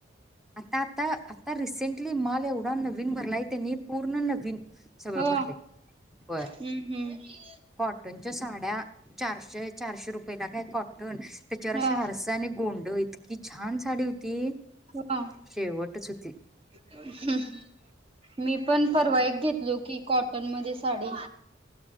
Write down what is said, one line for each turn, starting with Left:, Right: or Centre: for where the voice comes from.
Centre: आता आता रिसेेंटली माल एवढा नवीन भरलाय त्यांनी पूर्ण नवीन सगळ
Right: हो
Centre: भरलय होय.
Right: हम्म हम्म
Centre: कॉटनच्या साड्या चारशे चारशे रुपयेला काय कॉ त्याच्यावर अशा
Right: हा
Centre: आरसा आणि गोंड इत इतकी छान साडी होती.
Right: हा
Centre: शेवटच हो
Right: <inaudible> मी पण परवा एक घेतलो की कॉटन मध्ये साडी